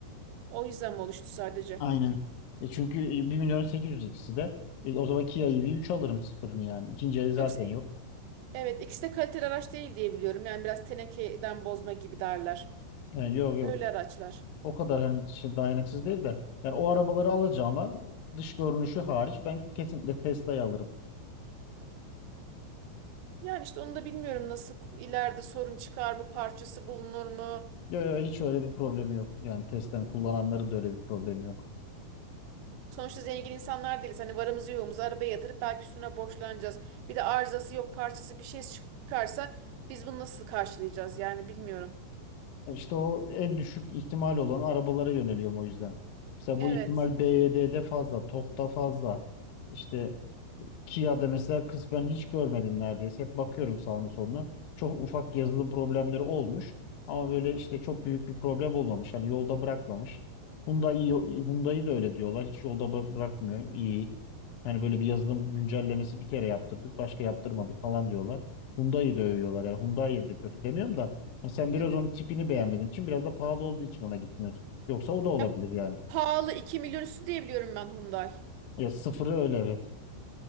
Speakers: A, on the right (about 80°); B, on the left (about 80°).
A: O yüzden mi oluştu sadece?
B: Aynen. E çünkü e, bir milyon 800 ikisi de. E o zaman Kia ev üç alırım sıfırını yani. İkinci eli zaten
A: Yoksa
B: yok.
A: e, evet ikisi de kaliteli araç değil diye biliyorum. Yani biraz tenekeden bozma gibi derler.
B: Yani yok yok.
A: Öyle araçlar.
B: O kadar hani şey dayanıksız değil de. Yani o arabaları alacağıma dış görünüşü hariç ben kesinlikle Tesla'yı alırım.
A: Yani işte onu da bilmiyorum nasıl ileride sorun çıkar mı, parçası bulunur mu?
B: Yok yok hiç öyle bir problemi yok. Yani Tesla'nın kullananları da öyle bir problemi yok.
A: Sonuçta zengin insanlar değiliz. Hani varımızı yoğumuzu arabaya yatırıp belki üstüne borçlanacağız. Bir de arızası yok parçası bir şey çıkarsa biz bunu nasıl karşılayacağız yani bilmiyorum.
B: E, İşte o en düşük ihtimal olan arabalara yöneliyorum o yüzden. Mesela
A: Evet.
B: bu ihtimal BYD'de fazla, TOGG'da fazla. İşte Kia'da mesela kısmen hiç görmedim neredeyse. Hep bakıyorum sağına soluna. Çok ufak yazılım problemleri olmuş. Ama böyle işte çok büyük bir problem olmamış. Hani yolda bırakmamış. Hyundai, Hyundai'yi de öyle diyorlar. Hiç yolda bı- bırakmıyor. İyi. Yani böyle bir yazılım güncellemesi bir kere yaptırdık. Başka yaptırmadık falan diyorlar. Hyundai'yi de övüyorlar. Yani Hyundai'yi de kötü demiyorum da. Hani sen biraz
A: Hı hı.
B: onun tipini beğenmediğin için biraz da pahalı olduğu için ona gitmiyorsun. Yoksa o da olabilir
A: Ya
B: yani.
A: pahalı 2 milyon üstü diye biliyorum ben Hyundai.
B: Ya sıfırı öyle evet.